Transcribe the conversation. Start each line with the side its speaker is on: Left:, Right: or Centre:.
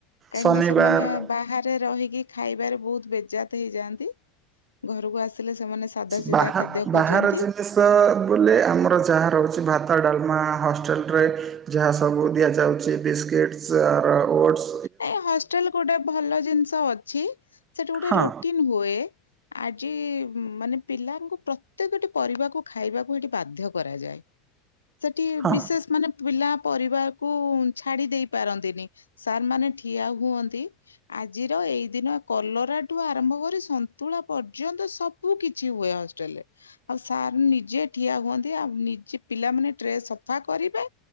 Left: କାହିଁକିନା
Right: ଶନିବାର
Left: ସେମାନେ ବାହାରେ ରହିକି ଖାଇବାରେ ବହୁତ ବେଜାତ ହେଇଯାନ୍ତି, ଘରକୁ ଆସିଲେ ସେମାନେ ସେ ସାଧା ସିଧା
Right: ବାହା
Left: ଖାଦ୍ୟ ଖୋଜନ୍ତି।
Right: <inaudible> ବୋଲେ ଆମର ଯାହା ରହୁଛି ଭାତ, ଡ଼ାଲମା ହଷ୍ଟେଲରେ। ଯାହା ସବୁ ଦିଆଯାଉଛି ବିସ୍କିଟ୍ସ, ଆର ଓଟସ୍।
Left: ନାଇଁ ହଷ୍ଟେଲ ଗୋଟେ ଭଲ ଜିନିଷ ଅଛି ସେଠି ଗୋଟେ
Right: ହଁ
Left: ରୁଟିନ ହୁଏ। ଆଜି ମାନେ ପିଲାଙ୍କୁ ପ୍ରତ୍ୟେକଟି ପରିବାକୁ ଖାଇବାକୁ ହେଠି ବାଧ୍ୟ କରାଯାଏ। <unintelligible> ଁ ସେଠି
Right: ହଁ
Left: ବିଶେଷ ମାନେ ପିଲା ପରିବାକୁ ଛାଡ଼ିଦେଇ ପାରନ୍ତିନି, ସାର୍ ମାନେ ଠିଆ ହୁଅନ୍ତି। ଆଜିର ଏଇ ଦିନ କଲରାଠୁ ଆରମ୍ଭ କରି ସନ୍ତୁଳା ପର୍ଯ୍ୟନ୍ତ ସବ୍ ସବୁ କିଛି ହୁଏ ହଷ୍ଟେଲରେ। ଆଉ ସାର୍ ନିଜେ ଠିଆ ହୁଅନ୍ତି ଆଉ ନିଜେ ପିଲାମାନେ ଟ୍ରେ ସଫା କରିବେ।